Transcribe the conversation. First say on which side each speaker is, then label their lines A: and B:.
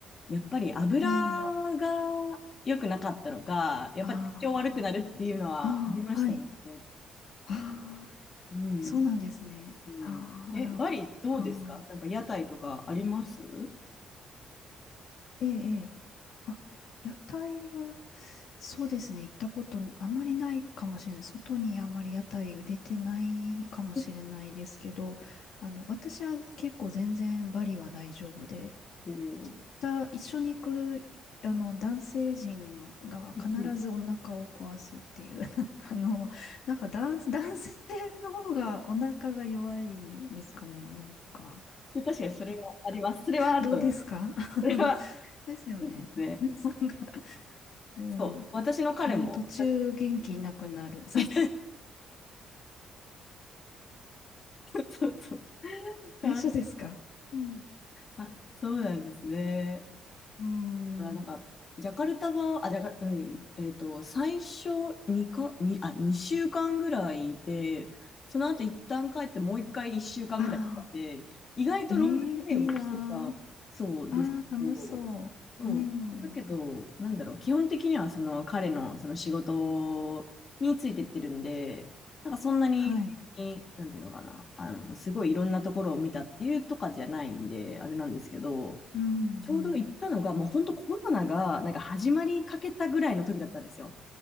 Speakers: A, on the left; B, on the left.
A: やっぱり油が
B: うん。
A: 良くなかったのか、やっぱ体調悪くなるっていうのはありましたね。
B: ああ、ああ、はい。ああ、
A: うん。
B: そうなんですね。
A: うん。
B: ああ、
A: え、
B: あら、
A: バリどうですかなんか屋台とかあります
B: そっか。ええ、ええ。あ、屋台は、そうですね、行ったことあんまりないかもしれない。外にあんまり屋台を出てないかもしれないですけど、
A: 結
B: あの、私は結構全然バリは大丈夫で、
A: 構
B: 行った一緒に行くあの男性陣が必ずお腹を壊すっていう
A: うんうん。
B: <laughs> あのなんか男、男性の方がお腹が弱いんですかねなんか
A: 確かにそれはあります。それはあると思います。
B: どうですか <laughs>
A: それは、
B: ですよねなんか、
A: そうですね。
B: うん、
A: そう。私の彼も、
B: えー途中元気なくなるそう
A: 確かに <laughs> そうそう。あ、
B: えそう <laughs> ですかうん
A: あそうなんですね。
B: うん
A: ほら、なんか、ジャカルタは、あ、ジャカル、うん、えっと、最初2か、にあ、2週間ぐらいいて、その後一旦帰ってもう一回1週間ぐらいで意外とロングステイをしてたそうですけど、
B: ああえー、いいなあああ楽しそうう
A: そう。だけど、
B: ん
A: なんだろう、基本的にはその彼のその仕事についてってるんで、なんかそんなに、
B: はい
A: になんていうのかな、あの、すごいいろんなところを見たっていうとかじゃないんで、あれなんですけど、
B: うんうん
A: ちょうど行ったのが、もう本当コロナがなんか始まりかけたぐらいの時だったんですよ。